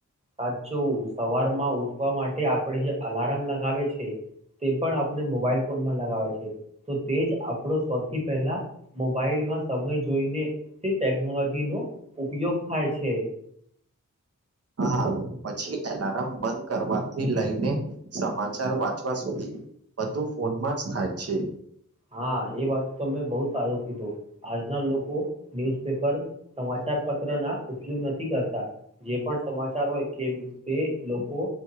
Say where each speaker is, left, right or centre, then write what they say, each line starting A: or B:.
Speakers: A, on the right; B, on the right.
A: સાચું સવારમાં ઉઠવા માટે આપડે જે અલાર્મ લગાવે છે. તે પણ આપણે મોબાઈલ ફોનમાં લગાવે છે તો તે જ આપણો સૌથી પહેલા મોબાઈલ તેમાં સમય જોઈને તે ટેકનોલોજીનો ઉપયોગ થાય છે.
B: હા પછી એલાર્મ બંધ કરવાથી લઈને સમ માચાર વાંચવા સુધી બધુ ફોનમાં જ થાય છે.
A: હા એ વાત તો તમે બહુ સારું કીધું. આજના લોકો ન્યુઝપેપર સમાચાર પત્રના ઉપયોગ નથી કરતા. જે પણ સમાચાર હોય કેમ તે લોકો